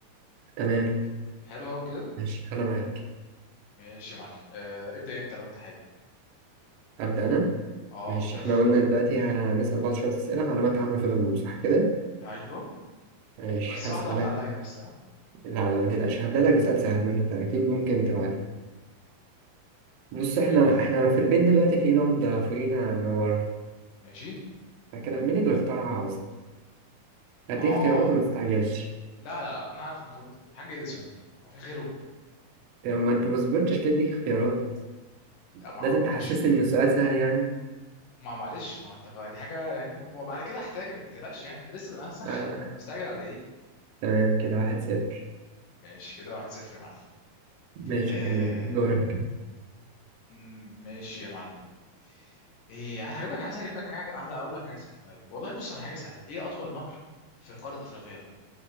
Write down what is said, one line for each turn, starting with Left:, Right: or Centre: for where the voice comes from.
Right: تمام
Left: حلو قوي كده
Right: ماشي أنا معاك
Left: ماشي يا معلم آه ابدأ انت لو انت حابب
Right: أبدأ أنا
Left: اه
Right: ماشي
Left: يلا
Right: احنا قلنا دلوقتي هنسأل بعض شوية أسئلة معلومات عامة في العموم صح كده؟
Left: ايوه
Right: ماشي
Left: بس
Right: هسألك
Left: واحدة واحدة عليا بس ها
Right: لا لا ما تقلقش هبدأ لك بسؤال سهل وانت أكيد ممكن تبقى عارف بص احنا
Left: ابدأ
Right: احنا في البيت دلوقتي في لمبة فوقينا منورة
Left: ماشي
Right: كده مين اللي اخترعها أصلا؟ هديك
Left: اه
Right: اختيارات وما تستعجلش
Left: لا لا لا انا عارف من غير ما تقول حاجة اديسون هو في غيره
Right: طب ما انت ما صبرتش ليه اديك اختيارات
Left: لا ما
Right: لازم
Left: هو
Right: تحسسني
Left: مش
Right: إن السؤال سهل يعني
Left: ما معلش ما هو انت دي حاجة يعني م- ما بعد كده هحتاجك ما تقلقش يعني انت لسه بنقى مسخن
Right: آه.
Left: انت مستعجل على ايه
Right: تمام كده واحد صفر
Left: ماشي كده واحد صفر يا معلم
Right: ماشي
Left: آه
Right: يا معلم دورك
Left: مم، ماشي يا معلم ايه عايز هجيب لك عايز اجيب لك حاجة عايز اقول لك حاجة سهلة طيب والله بص انا حاجة سهلة ايه اطول نهر في قارة افريقيا